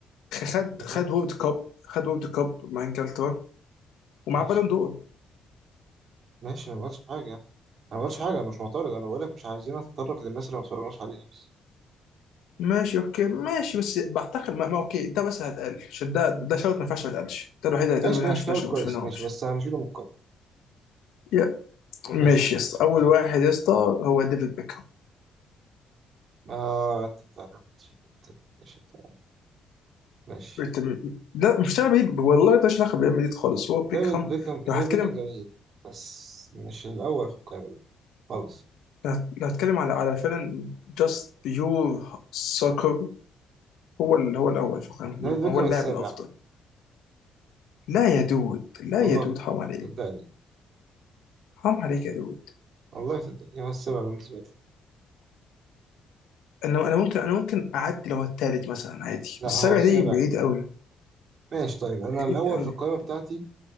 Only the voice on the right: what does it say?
أنا فاهم
ماشي
ماشي أنا ما بقولش حاجه أنا ما بقولش حاجه انا مش معترض انا بقول لك مش عايزين اتطرق للناس اللي ما اتفرجناش عليها بس
ماشي
ماشي
شوت
كويس
ماشي بس هنشيله من القايمه
ماشي
اتفقنا
آه انت بتعلم تشيل انت ماشي بتاع ماشي
ديفيد بيكهام ديفيد
بيكهام جميل بس مش الاول في القايمه دي خالص
ديفيد بيكهام
السابع
والله
صدقني
والله صدقني هو السابع بالنسبة لي
لا
هو السابع
ماشي طيب أنا
الأول
في القائمة بتاعتي